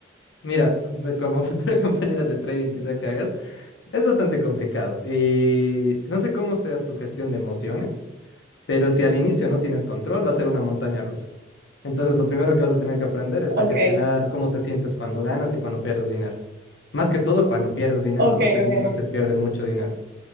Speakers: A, on the left; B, on the right.
A: mira, de- como <laughs> futura compañera de trading quizá que hagas, es bastante complicado. Y no sé cómo sea tu gestión de emociones. Pero si al inicio no tienes control, va a ser una montaña rusa. Entonces, lo primero que vas a tener que aprender es
B: ok,
A: a gestionar cómo te sientes cuando ganas y cuando pierdes dinero. Más que todo cuando pierdes dinero,
B: ok,
A: porque al
B: ok.
A: inicio se pierde mucho dinero.